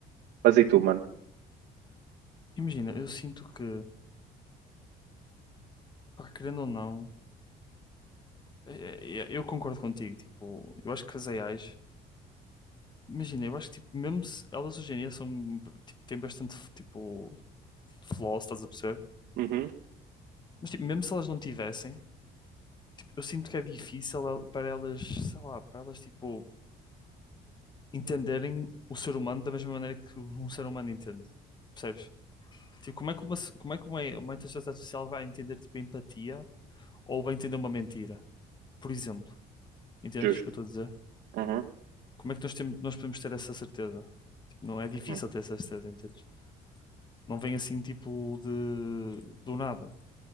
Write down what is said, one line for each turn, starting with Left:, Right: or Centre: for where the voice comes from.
Right: Mas e tu, mano?
Left: Imagina, eu sinto que, pá, querendo ou não, é- é- eu concordo contigo, tipo, eu acho que as AIs, imagina, eu acho que tipo, mesmo se elas hoje em dia são, tipo, têm bastante, tipo, flaws, estás a perceber?
Right: Uhum,
Left: Mas tipo, mesmo se elas não tivessem, tipo, eu sinto que é difícil el- para elas, sei lá, para elas tipo entenderem o ser humano da mesma maneira que um ser humano entende. Percebes? Tipo, como é que uma, como é que uma, uma inteligência artificial vai entender tipo a empatia ou vai entender uma mentira? Por exemplo, entendes
Right: justo.
Left: o que eu estou a dizer?
Right: Uhum,
Left: Como é que nós, temos, nós podemos ter essa certeza? Tipo, não é difícil
Right: uhum,
Left: ter essa certeza, entendes? Não vem assim tipo de do nada.